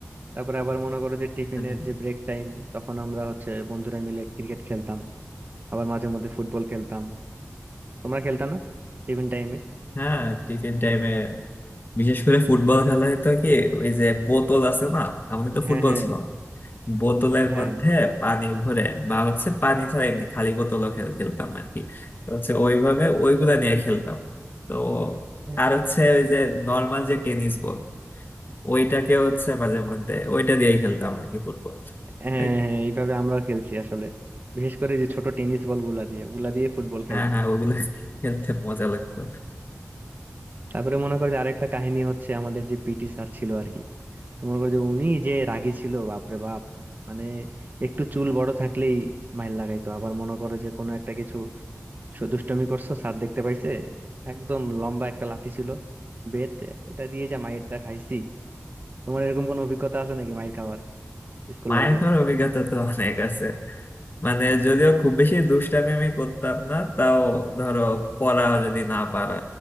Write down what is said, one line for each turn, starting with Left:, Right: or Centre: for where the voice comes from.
Right: তারপরে আবার মনে করো যে টিফিনের
Left: মানে,
Right: যে ব্রেক টাইম তখন আমরা হচ্ছে বন্ধুরা মিলে ক্রিকেট খেলতাম আবার মাঝে মধ্যে ফুটবল খেলতাম তোমরা খেলতা না টিফিন টাইমে
Left: হ্যাঁ টিফিন টাইমে বিশেষ করে ফুটবল খেলা হতো কি ওই যে বোতল আছে না আমাদের তো
Right: হ্যাঁ
Left: ফুটবল
Right: হ্যাঁ
Left: ছিল না বোতলের
Right: হ্যাঁ
Left: মধ্যে পানি ভরে বা হচ্ছে পানি ছাড়া এমনি খালি বোতলও খেল- খেলতাম আর কি তো হচ্ছে ওইভাবে ওইগুলা নিয়ে খেলতাম তো
Right: হ্যাঁ
Left: আর হচ্ছে ওই যে নর্মাল যে টেনিস বল ওইটাকে হচ্ছে মাঝে মধ্যে ওইটা দিয়েই খেলতাম আর কি ফুটবল
Right: হ্যাঁ
Left: এই-
Right: এইভাবে আমরাও খেলছি আসলে বিশেষ করে যে ছোট টেনিস বল গুলা দিয়ে ওগুলা দিয়ে ফুটবল খেলতাম
Left: হ্যাঁ হ্যাঁ ওগুলা খেলতে মজা লাগতো
Right: তারপরে মনে করো যে আরেকটা কাহিনী হচ্ছে আমাদের যে পিটি স্যার ছিল আর কি তো মনে করো যে উনি যে রাগী ছিল বাপরে বাপ মানে একটু চুল বড় থাকলেই মাইর লাগাইতো আবার মনে করো যে কোনো একটা কিছু স- দুষ্টুমি করছো স্যার দেখতে পাইছে একদম লম্বা একটা লাঠি ছিল বেত ওটা দিয়ে যা মাইরটা খাইছি তোমার এরকম কোনো অভিজ্ঞতা আছে নাকি মাইর খাবার স্কুল
Left: মায়ের
Right: লাইফে
Left: খাওয়ার অভিজ্ঞতা তো অনেক আছে মানে যদিও খুব বেশি দুষ্টামি আমি করতাম না তাও ধরো পড়া যদি না পারা